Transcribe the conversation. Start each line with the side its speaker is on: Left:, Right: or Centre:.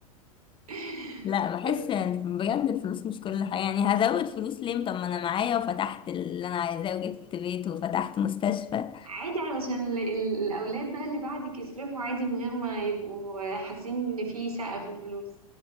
Right: <laughs>
Left: لا بحس
Right: بس
Left: إن بجد الفلوس مش كل حاجة يعني هزود فلوس ليه طب ما انا معايا وفتحت اللي انا عايزاه وجبت بيت وفتحت مستشفى
Right: عادي علشان ال- ال- الاولاد بقى اللي بعدك يصرفوا عادي من غير ما يبقوا حاسين ان في سقف في الفلوس